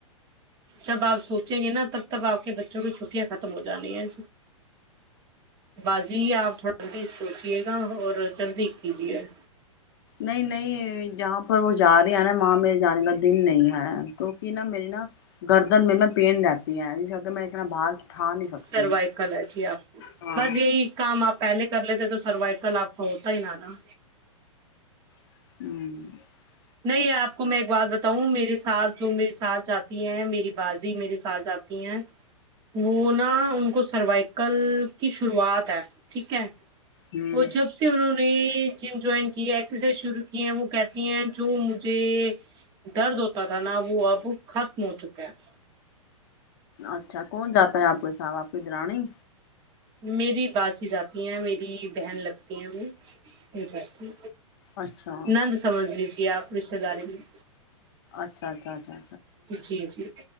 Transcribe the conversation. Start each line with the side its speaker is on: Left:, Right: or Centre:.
Right: جب آپ سوچیں گے نا تب تب آپ کے بچوں کی چھٹیاں ختم ہو جانی ہیں باجی آپ تھوڑا جلدی سوچے گا اور جلدی کیجیے
Left: نہیں نہیں جہاں پر وہ جا رہی ہیں نا وہاں میر جانے کا دن نہیں ہے توک نہا میری نا گردن میں میں پین جاتتی ہے جی س میں اتنا بھار اٹھا نہیں سکتی
Right: سروائکل ہے جی آپ
Left: ہاں
Right: بس یہی کام آپ پہلے کر لیتے تو سروائکل آپ کا ہوتا ہی ن نا
Left: ہوں <unintelligible>
Right: نہیں آپ کو میں ایک بات بتاؤں میرے ساتھ جو میرے ساتھ جاتی ہیں میری بازی میرے ساتھ جاتی ہیں وہ نا ان کو سروائیکل کی شروعات ہے ٹھیک ہے
Left: ہوں
Right: وہ جب سے انہوں نے جم جوائن کی ہے ایکسرسائز شرو کی ہے وہ کہتی ہیں جو مجھے درد ہوتا تھا نا وہ اب ختم ہو چکا ہے
Left: اچھا کون جاتا ہے آپ کوساب آپ کی درانی
Right: میری باز ہی جاتی ہیں میری بہن لگتی ہیں جاتی
Left: اچھا
Right: نند سمجھ لیجے آپ رشتے داری میں
Left: اچھا اچھ اچا
Right: جی جی